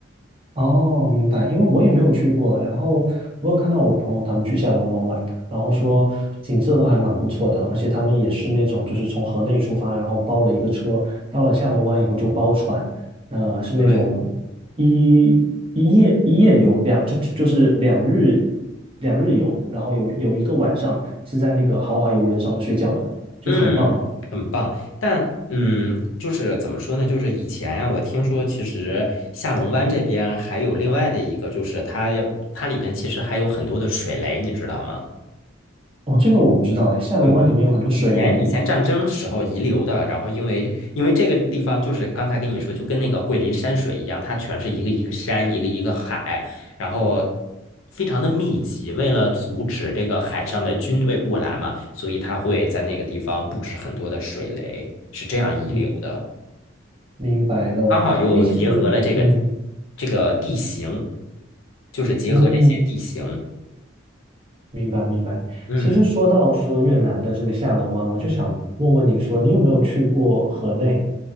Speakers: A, on the right; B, on the left.
A: 哦，明白，因为我也没有去过，然后我有看到我朋友他们去下龙湾玩的，然后说景色都还蛮不错的，而且他们也是那种就是从河内出发，然后包了一个车，到了下龙湾以后就包船，呃，是那种一一夜一夜游，
B: 对，
A: 两就就是两日两日游，然后有有一个晚上是在那个豪华游轮上面睡觉的，就很棒。
B: 嗯，很棒。但嗯，就是怎么说呢？就是以前呀、我听说其实下龙湾这边还有另外的一个，就是它要它里边其实还有很多的水雷，你知道吗？
A: 哦，这个我不知道哎，下龙湾里面有很多水雷，
B: 对对对，以前以前战争时候遗留的，然后因为因为这个地方就是刚才跟你说，就跟那个桂林山水一样，它全是一个一个山，一个一个海，然后非常的密集。为了阻止这个海上的军队过来嘛，所以它会在那个地方布置很多的水雷，是这样遗留的。
A: 嗯，明白了。
B: 刚好又结合了这个
A: 哎，其实，嗯，
B: 这个地形，就是结合这些地形，
A: 嗯，明白明白。
B: 嗯。
A: 其实说到说越南的这个下龙湾，我就想问问你说，你有没有去过河内，